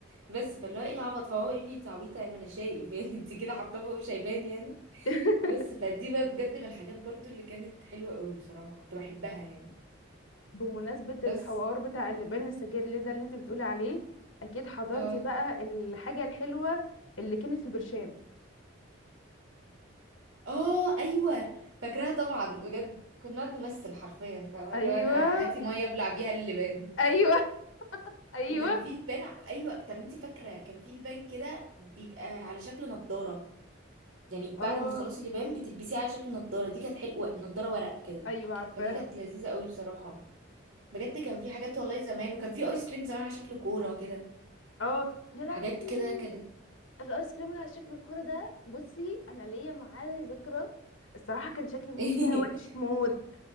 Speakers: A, on the right; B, on the left.
A: بس فاللي هو ايه العبط فهو يقول لي انت عبيطه يعني ما انا شايف يعني <laughs> انت كده حاطاه فوق مش هيبان يعني
B: <laughs>
A: بس فدي بقى بجد من الحاجات برضو اللي كانت حلوه قوي بصراحه كنت بحبها يعني
B: بمناسبة
A: بس
B: الحوار بتاع اللبان السجاير ده اللي انت بتقولي عليه اكيد حضرتي
A: آه.
B: بقى الحاجة الحلوة اللي كانت في البرشام
A: اه ايوه فاكراها طبعا بجد كنا نقعد نمثل حرفيا فاهمه
B: ايوه
A: اللي هو انا هاتي ميه ابلع بيها اللبان
B: ايوه
A: <laughs>
B: ايوه
A: وكان في لبان ع- ايوه طب انت فاكره كان في لبان كده بيبقى على شكل نضاره يعني بعد
B: اه
A: ما تخلصي اللبان بتلبسيه على شكل نضاره دي كانت حلوه نضاره ورق كده
B: ايوه عارفاها
A: فدي كانت لذيذه قوي بصراحه بجد كان في حاجات والله زمان وكان في ايس كريم زمان على شكل كوره كده
B: اه يا لهوي
A: حاجات كده كانت
B: الايس كريم اللي على شكل الكوره ده بصي انا ليا معاه ذكرى الصراحه كان شكلي
A: <laughs>
B: فيها وحش موت